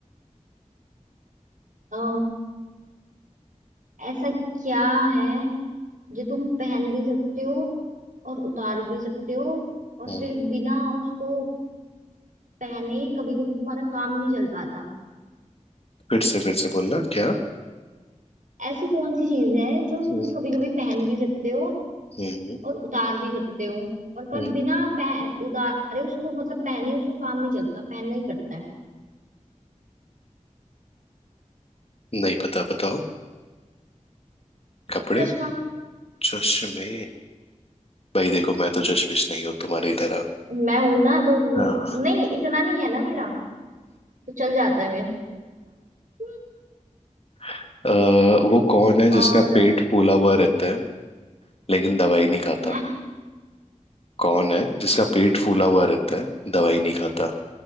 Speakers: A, on the right; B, on the left.
A: आ, ऐसा क्या है जो तुम पहन भी सकते हो और उतार भी सकते हो और
B: हम्म।
A: फिर बिना उसको पहने कभी कभी तुम्हारा काम नहीं चल पाता
B: फिर से फिर से बोलना क्या
A: ऐसी कौन सी चीज है जो
B: हम्म,
A: तुम कभी कभी पहन भी सकते हो
B: हम्म,
A: और उतार भी सकते हो और पर
B: हम्म,
A: बिना पह, उतारे उसको मतलब पहने उसको काम नहीं चलता पहनना ही पड़ता है
B: नहीं पता बताओ कपड़े
A: चश्मा
B: चश्मे भाई देखो मैं तो चश्मिश नहीं हूँ तुम्हारी तरह
A: मैं हूं ना तो वो
B: हाँ
A: नहीं इतना नहीं है ना मेरा तो चल जाता है मेरा तो
B: <laughs> अ, वो कौन
A: <laughs>
B: है जिसका
A: और
B: पेट फूला हुआ रहता है लेकिन दवाई नहीं खाता
A: है
B: कौन है जिसका पेट फूला हुआ रहता है दवाई नहीं खाता